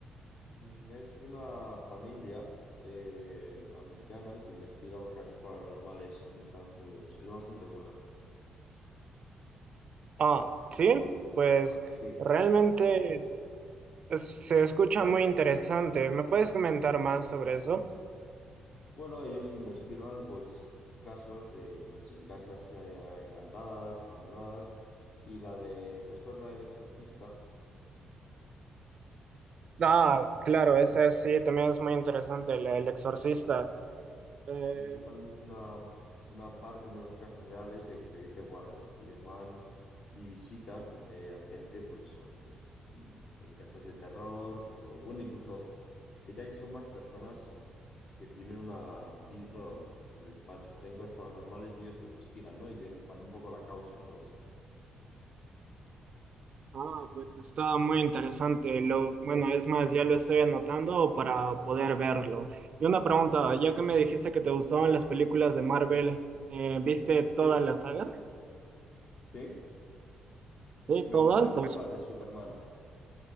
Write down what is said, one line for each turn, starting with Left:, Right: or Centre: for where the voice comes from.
Left: Mm, Es de una familia eh, americana que investiga casos paranormales en Estados Unidos. Es bastante buena.
Right: Ah, sí, pues
Left: Ajá. Sí.
Right: realmente es- se escucha muy interesante. ¿Me puedes comentar más sobre eso?
Left: Bueno, ellos investigan pues casos de pues en casas eh, encantadas, abandonadas. Y la de, ¿sabes cuál es la del exorcista?
Right: Ah, claro, esa sí, también es muy interesante, la- El Exorcista. Eh,
Left: Ese también es una, una parte, uno de los casos reales de Expediente Warren, que ellos van y visitan eh, a gente, pues eso, pues mm, en casas de terror, o bueno, incluso diría que son más personas que tienen una, vi- bueno, que les pa- suceden cosas paranormales y ellos lo investigan, ¿no? Y ven, van un poco la causa y todo.
Right: ah, pues está muy interesante. Lo, bueno, es más, ya lo estoy anotando para poder verlo. Y una pregunta, ya que me dijiste que te gustaban las películas de Marvel, eh, ¿viste todas
Left: Sí,
Right: las sagas?
Left: sí.
Right: Sí,
Left: Me
Right: todas.
Left: gustan mucho las de Superman.